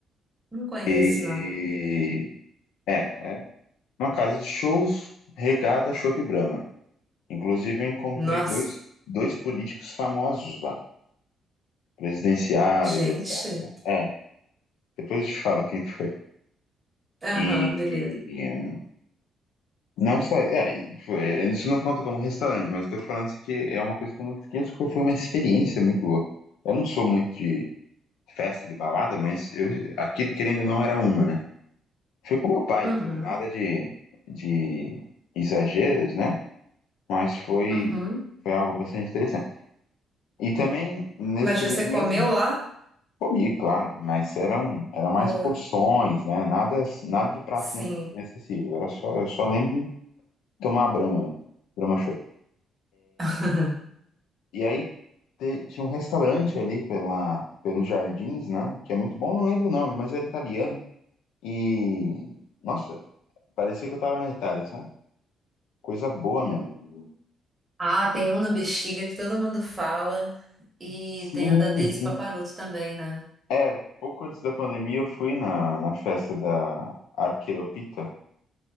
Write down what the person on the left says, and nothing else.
E
é, é uma casa de shows regada a Chopp Brahma. Inclusive eu encontrei
dois, dois políticos famosos lá, presidenciáveis,
etc. É, depois eu te falo quem foi.
E
Não só. É, tipo, é, isso não conta como restaurante, mas eu tô falando assim que é uma coisa que eu nunca esqueço, porque foi uma experiência muito louca. Eu não sou muito de festa, de balada, mas eu, aquilo querendo ou não era uma, né? Fui com meu pai,
tudo, nada de, de exageros, né? Mas foi,
foi algo bastante interessante. E também, nesse
período
mesmo,
comi, claro, mas eram, eram
mais porções, né? Nada, nada de prato
ine- inesquecível. Era só, eu só lembro de tomar Brahma, Brahma Chopp.
E aí, te- tinha um restaurante ali pela, pelos jardins, né? Que é muito bom, não lembro o nome, mas era italiano. E, nossa, parecia que eu tava na Itália, sabe? Coisa boa mesmo.
Sim,
sim.
É, pouco antes da pandemia eu fui na, na festa da Arqueropita.